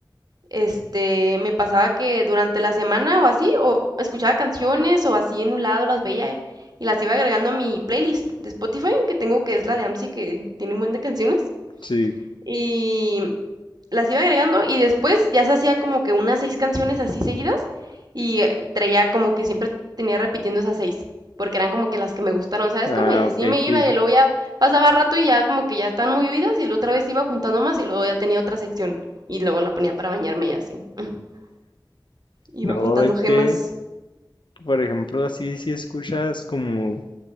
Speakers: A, on the right (about 55°); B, on the left (about 75°).
A: Este, me pasaba que durante la semana o así, o escuchaba canciones o así en un lado las veía y las iba agregando a mi playlist de Spotify, que tengo que es la de AMSI, que tiene un buen de canciones.
B: sí,
A: Y las iba agregando y después ya se hacía como que unas seis canciones así seguidas y eh, traía como que siempre tenía repitiendo esas seis, porque eran como que las que me gustaron, ¿sabes?
B: ah,
A: Como y así
B: ok,
A: me iba
B: sí.
A: y luego ya pasaba rato y ya como que ya estaban muy oídas y la otra vez iba juntando más y luego ya tenía otra sección y luego la ponía para bañarme y así. <laughs> Iba
B: No,
A: juntando
B: es
A: gemas.
B: que, por ejemplo, así si escuchas como